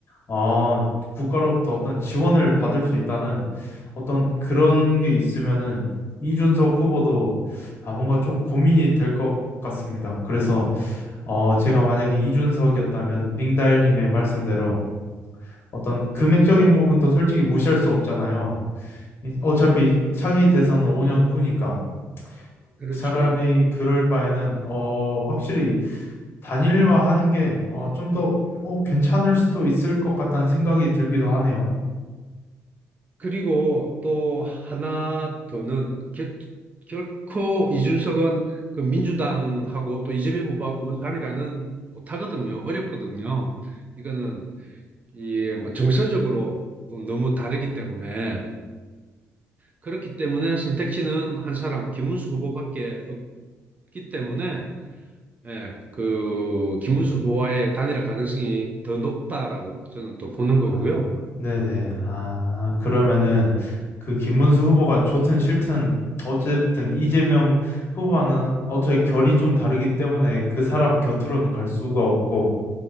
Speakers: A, on the left; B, on the right.
A: 아, 국가로부터 어떤 지원을 받을 수 있다는 어떤 그런 게 있으면은 이준석 후보도 아, 뭔가 좀 고민이 될 것 같습니다. 그래서 어, 제가 만약에 이준석이었다면 링달님의 말씀대로 어떤 금액적인 부분도 솔직히 무시할 수 없잖아요. 이- 어차피 차기 대선은 5년 후니까
B: 그렇죠.
A: 차라리 그럴 바에는 어, 확실히 단일화하는 게 어, 좀 더 어, 괜찮을 수도 있을 것 같다는 생각이 들기도 하네요.
B: 그리고 또 하나 더는 결, 결코 이준석은 그 민주당하고 또 이재명 후보하고는 단일화는 못하거든요. 어렵거든요. 이거는 이뭐 정서적으로 또 너무 다르기 때문에 그렇기 때문에 선택지는 한 사람, 김문수 후보밖에 없기 때문에 예, 그 김문수 후보와의 단일화 가능성이 더 높다라고 저는 또 보는 거고요.
A: 아, 네네. 아, 그러면은 그 김문수 후보가 좋든 싫든 어쨌든 이재명 후보와는 어차피 결이 좀 다르기 때문에 그 사람 곁으로는 갈 수가 없고